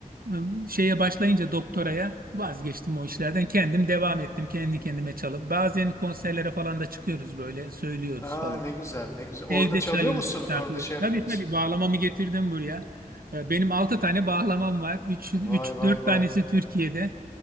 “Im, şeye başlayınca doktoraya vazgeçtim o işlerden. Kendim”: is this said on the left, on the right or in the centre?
Right